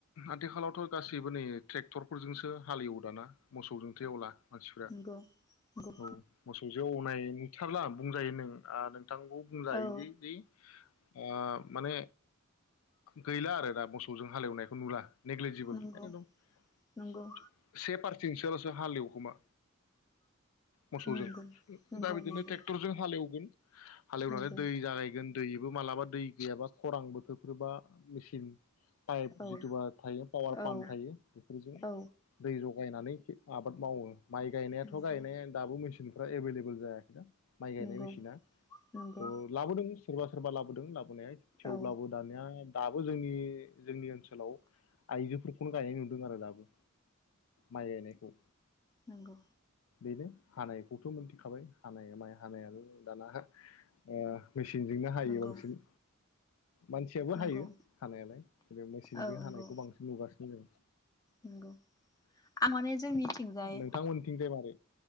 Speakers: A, on the left (about 80°); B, on the left (about 15°).
A: आथिखालावथ' गासैबो नै ट्रेक्टरफोरजोंसो हाल एवो दाना मोसौजोंथ' एवला। मानसिफोरा
B: नंगौ नंगौ
A: औ मोसौ एवनाय नुथारला बुंजायो नों नोंथांखौ बुंजायोदि
B: औ
A: दि ओं। माने गैला आरो दा मोसौजों हालेवनायखौ नुला। नेगलिजिबोल
B: नंगौ
A: से जोंथिंजायलसो
B: नंगौ
A: हालेव खोमा। मोसौजों
B: नंगौ नंगौ
A: दा बिदिनो
B: नंगौ
A: ट्रेक्टरजों हालेव <inaudible> हालेवनानै
B: नंगौ
A: दै जागायगोन। दैबो मालाबा दै गैयाबा खरां बोथोरफोरबा मेचिन पाइप
B: औ
A: जिथुबा थायो पावार पाम्प
B: औ
A: थायो बेफोरजों
B: औ
A: दै जगायनानै आबाद मावो। माइ गायनायाथ'
B: नंगौ
A: गायनाय दाबो मेचनखौ फ्रा‌ एबेल एबोल जायाखैना। माइ गायनाय
B: नंगौ
A: मेसिना थ'
B: नंगौ
A: लाबोदोंमोन सोरबा सोरबा लाबोदों लाब थेवब्लाबो
B: औ
A: दानिया दाबो जोंनि जोंनि ओनसोलाव आइजोफोरखौनो गायनाय नुदों आरो दाबो। माइ गायनायखौ
B: नोंगौ
A: बेनो हानायखौथ' मोनथिखाबाय हानाया माइ हानाया दाना ओ मेसिनजोंनो हायो
B: नंगौ
A: बांसिन मानसियाबो
B: नंगौ
A: हायो हानायालाय <unintelligible> मेसिनजों
B: औ नंगौ
A: हानायखौ बांसिन नुगासिनो जोंङो
B: नंगौ आं माने जोंनिथिंजाय
A: नोंथांमोनथिंजाय मारै